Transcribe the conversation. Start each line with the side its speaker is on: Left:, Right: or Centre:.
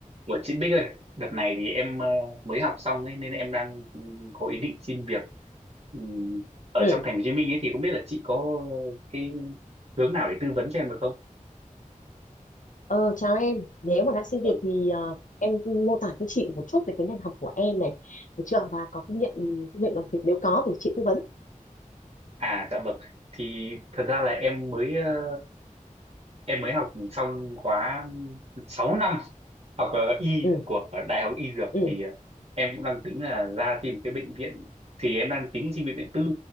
Right: Ủa chị Bích ơi, đợt này thì em ờ, mới học xong ấy nên em đang ừ, có ý định xin việc ừ, ở
Left: Ừ,
Right: trong thành phố Hồ Chí Minh ấy thì không biết là chị có cái hướng nào để tư vấn cho em được không?
Left: ờ, chào em. Nếu mà đã xin việc
Right: Vâng.
Left: thì ờ, em mô tả cho chị một chút về cái ngành học của em này, được chưa? Và có kinh nghiệm ừ, kinh nghiệm làm việc nếu có thì chị tư vấn.
Right: À dạ vâng. Thì thật ra là em mới ờ, em mới học xong khóa 6 năm học ờ, y
Left: Ừ,
Right: của Đại học Y Dược
Left: ừ,
Right: thì ờ, em cũng đang tính là ra xin một cái bệnh viện thì em đang tính xin bệnh viện tư